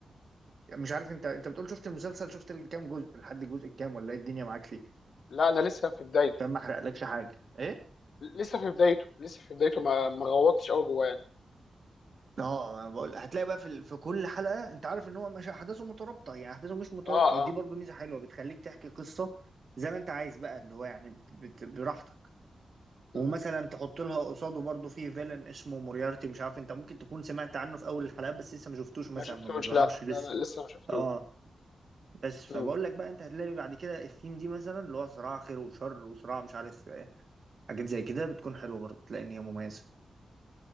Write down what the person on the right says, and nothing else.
مش عارف انت انت بتقول شفت المسلسل شفت الكام جزء لحد الجزء الكام ولا ايه الدنيا معاك فيه
عشان ما احرقلكش حاجه ايه
اه انا بقول هتلاقي بقى في ال- في كل حلقه انت عارف ان هو مش احداثه مترابطه يعني احداثه مش مترابطه
ودي
برضو ميزه حلوه بتخليك تحكي قصه زي ما انت عايز بقى اللي هو يعني بت... بت... براحتك
ومثلا تحط لها قصاده برضو في فيلن اسمه موريارتي مش عارف انت ممكن تكون سمعت عنه في اول الحلقات بس لسه ما شفتوش مثلا
ما بيظهرش
لسه
اه بس فبقول
لك بقى انت هتلاقي بعد كده الثيم دي مثلا اللي هو صراع خير وشر وصراع مش عارف حاجات زي كده بتكون حلوه برضه تلاقي ان هي مميزه